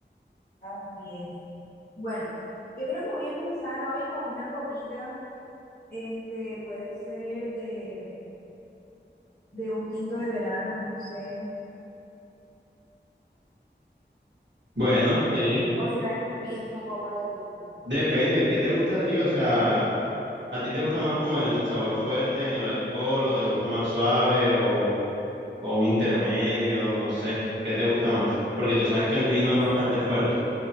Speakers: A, on the left (about 55°); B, on the right (about 80°).
A: Así es. Bueno, yo creo que voy a empezar hoy con una copita, este, puede ser de, de un tinto de verano, no sé,
B: Bueno, sí,
A: o será que me pides una copa de vino tinto.
B: depende, ¿qué te gusta a ti? O sea, ¿a ti te gusta más como el sabor fuerte en el alcohol o te gusta más suave o, o un intermedio? No sé, ¿qué te gusta más? Porque tú sabes que el vino
A: Tú sabes
B: es bastante fuerte.